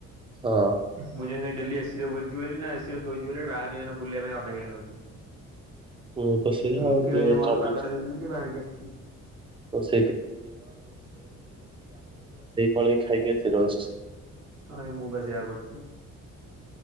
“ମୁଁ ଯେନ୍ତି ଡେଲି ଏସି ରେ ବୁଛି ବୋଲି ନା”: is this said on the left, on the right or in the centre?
Right